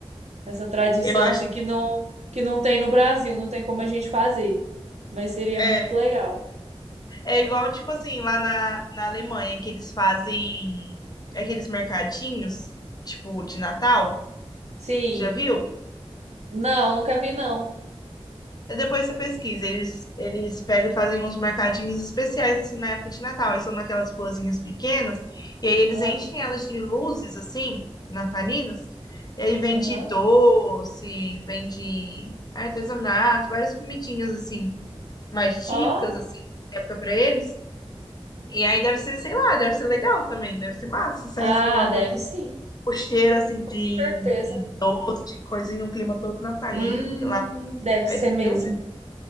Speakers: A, on the right; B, on the left.
A: Essa tradição
B: Eu acho,
A: assim que não que não tem no Brasil, não tem como a gente fazer, mas seria
B: é,
A: muito legal.
B: é igual, tipo assim, lá na, na Alemanha, que eles fazem aqueles mercadinhos, tipo, de Natal,
A: Sim.
B: já viu?
A: Não, nunca vi não.
B: Depois você pesquisa, eles, eles pegam e fazem uns mercadinhos especiais, assim, na época de Natal. Eles são naquelas ruazinhas pequenas, e aí eles
A: Ah,
B: enchem elas de luzes, assim, natalinas. E aí vende
A: Aham.
B: doce, vende artesanato, várias comidinhas, assim, mais
A: Ó.
B: típicas, assim, da época pra eles. E aí deve ser, sei lá, deve ser legal também, deve ser massa sair
A: Ah,
B: assim numa rua,
A: deve sim.
B: o cheiro, assim, de,
A: Com certeza.
B: de doce, de coisinha, um clima todo natalino,
A: Hum,
B: porque lá
A: deve ser
B: faz
A: mesmo.
B: frio, né?